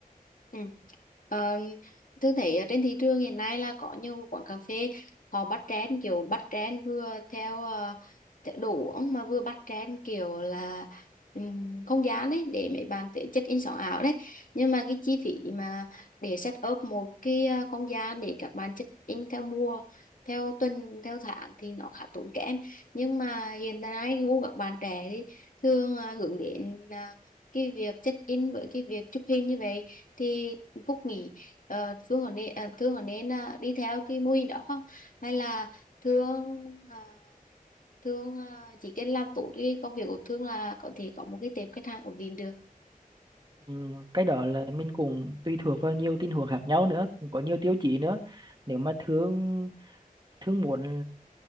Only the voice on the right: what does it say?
Ừ, cái đó là mình cũng tùy thuộc vào nhiều tình huống khác nhau nữa cũng có nhiều tiêu chí nữa nếu mà thương thương muốn